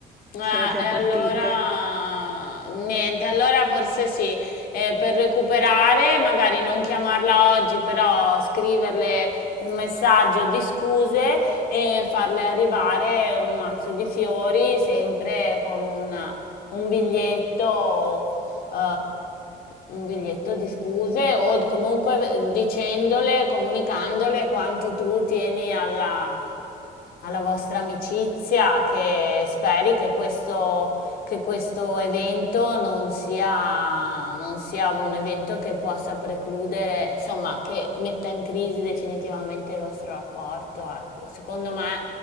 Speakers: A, on the left; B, in the centre.
A: Ah,
B: sarà già
A: e
B: partita.
A: allora niente, allora forse sì, Eh, per recuperare, magari non chiamarla oggi, però scriverle un messaggio di scuse e farle arrivare un mazzo di fiori, sempre con un, un biglietto, eh, un biglietto di scuse o comunque dicendole, comunicandole quanto tu tieni alla alla vostra amicizia, che speri che questo, che questo evento non sia, non sia un evento che possa precludere, insomma, che metta in crisi definitivamente il vostro rapporto, ecco. Secondo me,